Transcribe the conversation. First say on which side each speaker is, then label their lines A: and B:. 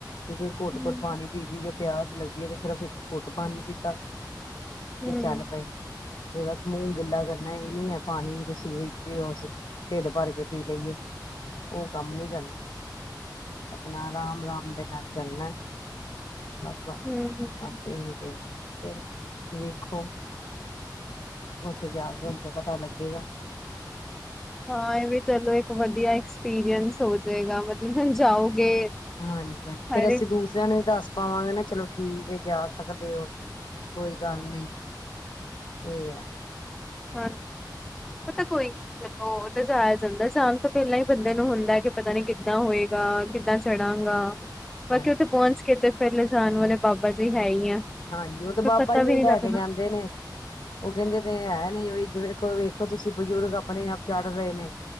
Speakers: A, on the left; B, in the centre.
A: ਕਿ ਘੁੱਟ
B: ਹੂੰ
A: ਘੁੱਟ ਪਾਣੀ ਪੀਵ ਜਾਂ ਪਿਆਸ ਲੱਗੀਏ ਤੇ ਸਿਰਫ ਇੱਕ ਘੁੱਟ ਪਾਣੀ ਪੀਤਾ।
B: ਹਾਂ।
A: ਚੱਲ ਪਏ ਤੇ ਬਸ ਮੂੰਹ ਗਿੱਲਾ ਕਰਨਾ ਇਹ ਨੀ ਹੈ ਪਾਣੀ ਵੀ ਤੁਸੀਂ ਪੀਓਸੀਂ ਢਿੱਡ ਭਰ ਕੇ ਪੀ ਲਈਏ। ਉਹ ਕੰਮ ਨੀ ਕਰਨਾ। ਆਪਣਾ ਰਾਮ ਰਾਮ ਦੇ ਘਰ ਚੱਲਣਾ। ਬਸ ਵ
B: ਹੂੰ ਹੂੰ
A: ਆਪੇ ਹੀ ਮਜੇਗਾ ਚਲ ਵੇਖੋ ਹਨ। ਉੱਥੇ ਜਾ ਕੇ ਹੁਣ ਤੇ ਪਤਾ ਲੱਗੇਗਾ ਹਨ
B: ਹਾਂ ਇਹਵੇ ਚਲੋ ਇੱਕ ਵਧੀਆ ਐਕਸਪੀਰੀਅੰਸ ਹੋ ਜਾਏਗਾ। ਮਤਲਬ ਹੁਣ ਜਾਓਗੇ
A: ਹਾਂਜੀ ਹ ਫੇਰ
B: ਹਰ
A: ਅਸੀਂ
B: ਇੱਕ
A: ਦੂਸਰਿਆਂ ਨੂੰ ਵੀ ਦੱਸ ਪਾਵਾਂਗੇ ਨਾ ਚਲੋ। ਠੀਕ ਹੈ ਜਾ ਸਕਦੇ ਹੋ ਕੋਈ ਗੱਲ ਨੀ ਤੇ।
B: ਹਾਂ ਪਤਾ ਕੋਈ ਨੀ ਚਲੋ। ਜਾਇਆ ਜਾਂਦਾ ਜਾਣ ਤੋਂ ਪਹਿਲਾਂ ਹੀ ਬੰਦੇ ਨੂੰ ਹੁੰਦਾ ਕਿ ਪਤਾ ਨੀ ਕਿੱਦਾਂ ਹੋਏਗਾ ਕਿੱਦਾਂ ਚੜਾਂਗਾ। ਬਾਕੀ
A: ਹਾਂਜੀ
B: ਉੱਥੇ ਪਹੁੰਚ ਕੇ ਤੇ ਫੇਰ ਲਿਜਾਣ ਵਾਲੇ ਬਾਬਾ ਜੀ ਹੈ ਹੀ ਆ।
A: ਹਾਂਜੀ ਉਹ ਤੇ
B: ਫਿਰ
A: ਬਾਬਾਂ
B: ਪਤਾ
A: ਹੀ
B: ਵੀ
A: ਉਹੀ
B: ਨੀ
A: ਲੈ
B: ਲੱਗਣਾ
A: ਕੇ ਜਾਂਦੇ ਨੇ ਉਹ ਕਹਿੰਦੇ ਤੇ ਹੈ ਨਹੀਂ ਉਹੀ। ਖ ਵੇਖੋ ਤੁਸੀਂ ਬਜ਼ੁਰਗ ਆਪਣੇ ਆਪ ਚੜ ਰਹੇ ਨੇ।